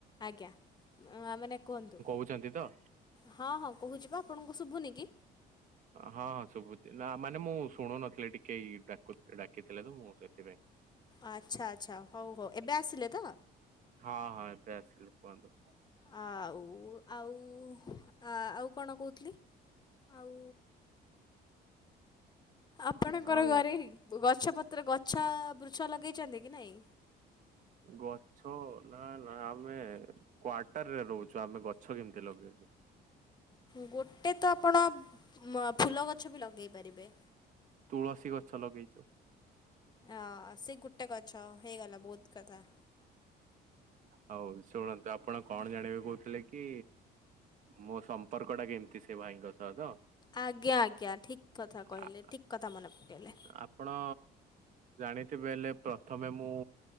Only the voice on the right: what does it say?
ହୁଛନ୍ତି ତ?
ହଁ ହଁ ଶୁଭୁଚି ନା ମାନେ ମୁଁ ଶୁଣୁନଥିଲି ଟିକେ ଏଇ ଡାକୁ ଡାକିଥିଲେ ତ ମୁଁ ସେଥିପାଇଁ
ହଁ ହଁ ଏବେ ଆସିଲି କୁହନ୍ତୁ।
ଆଉ
ଗଛ ନା ନା ଆମେ କ୍ଵାର୍ଟରରେ ରହୁଛୁ ଆମେ ଗଛ କେମିତି ଲଗେଇବୁ?
ତୁଳସୀ ଗଛ ଲଗେଇଛୁ।
ହଉ ଶୁଣନ୍ତୁ, ଆପଣ କଅଣ ଜାଣିବାକୁ କହୁଥିଲେ କି ମୋ ସମ୍ପର୍କ ଟା କେମିତି ସେ ଭାଇଙ୍କ ସହ ତ?
ଆ-
ଆପଣ ଜାଣିଥିବେ ହେଲେ ପ୍ରଥମେ ମୁଁ